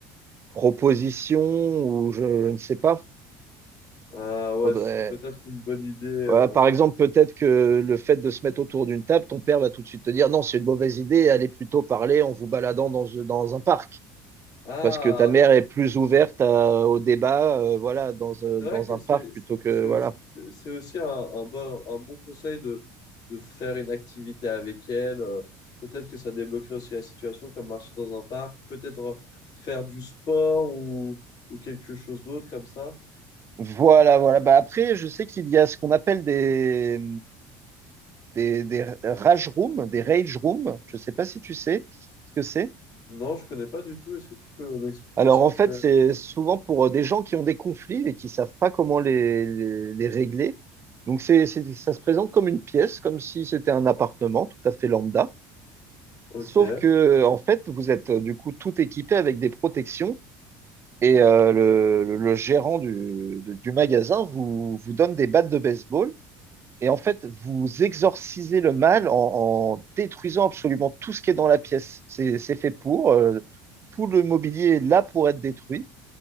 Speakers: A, on the right; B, on the left.
A: proposition, ou je je ne sais pas.
B: Ah ouais,
A: Faudrait-
B: ce serait peut-être une bonne idée. euh.
A: Voilà, par exemple, peut-être que le fait de se mettre autour d'une table, ton père va tout de suite te dire non, c'est une mauvaise idée, allez plutôt parler en vous baladant dans, dans un parc.
B: Ah.
A: Parce que ta mère est plus ouverte à- au débat, euh, voilà, dans, euh,
B: C'est
A: dans
B: vrai que
A: un
B: c'est
A: parc plutôt que,
B: c'est
A: voilà.
B: c'est- c'est aussi un, un, bon, un bon conseil de, de faire une activité avec elle. Euh, Peut-être que ça débloquerait aussi la situation, comme marcher dans un parc, ou peut-être euh, faire du sport ou, ou quelque chose d'autre comme ça.
A: Voilà, voilà. Bah après, je sais qu'il y a ce qu'on appelle des, des, des rage rooms, des rage rooms. Je sais pas si tu sais ce que c'est.
B: Non, je connais pas du tout. Est-ce que tu peux m'expliquer
A: Alors
B: ce
A: en
B: que
A: fait,
B: c'est?
A: c'est souvent pour euh, des gens qui ont des conflits et qui savent pas comment les, les- les régler. Donc c'est, c'est- ça se présente comme une pièce, comme si c'était un appartement tout à fait lambda.
B: Ok.
A: Sauf que en fait, vous êtes euh, du coup tout équipé avec des protections et euh, le, le- le gérant du, de- du magasin vous, vous donne des battes de baseball. Et en fait, vous exorcisez le mal en, en détruisant absolument tout ce qui est dans la pièce. C'est c'est fait pour. euh, tout le mobilier est là pour être détruit.